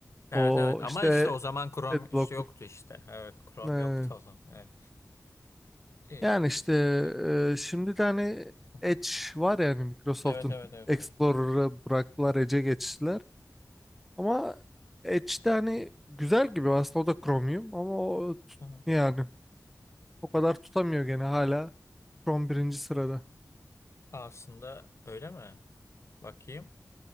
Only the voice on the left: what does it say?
Evet
evet ama
işte o zaman Chrome
işte yoktu işte. Evet Chrome
yoktu o zaman. Evet. Ee,
evet.
Hı hı.
Evet evet
evet
var.
Hı hı.
Aslında öyle mi? Bakayım.